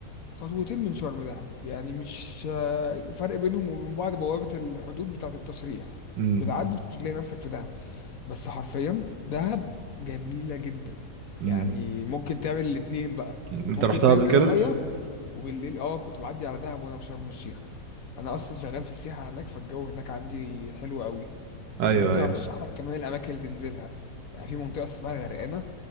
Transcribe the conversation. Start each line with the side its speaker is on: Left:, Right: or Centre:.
Left: خطوتين من شرم دهب يعني مش آه، فرق بينهم وبين بعض بوابة الحدود بتاعة التصريح
Right: امم
Left: بتعدي بتلاقي نفسك في دهب بس حرفيا دهب جميلة جدا
Right: امم
Left: يعني ممكن تعمل الاتنين بقى
Right: انت
Left: ممكن
Right: رحتها
Left: تنزل
Right: قبل كده
Left: مية وبالليل اه كنت بعدي على دهب وانا في شرم الشيخ انا اصلا شغال في السياحه هناك فالجو هناك عندي حلو قوي
Right: ايوه
Left: وممكن
Right: ايوه
Left: ارشح لك كمان الاماكن اللي تنزلها يعني في منطقه اسمها الغرقانه